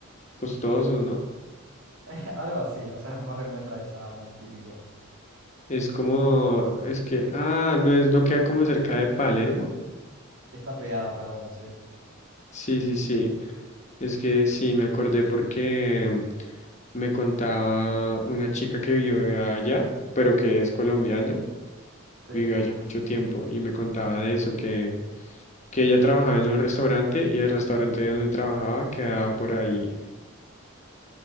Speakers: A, on the left; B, on the right.
A: costoso, ¿no?
B: <laughs> Algo así, o sea, es un barrio muy tradicional, muy típico.
A: Es como, es que, ah, no es, no queda como cerca de Palermo.
B: Está pegado a Palermo, sí.
A: Sí, sí, sí. Es que sí, me acordé porque me contaba una chica que vivió allá, pero que es colombiana.
B: Sí,
A: vivió allá mucho tiempo y me contaba de eso, que, que ella trabajaba en un restaurante y el restaurante donde trabajaba quedaba por ahí.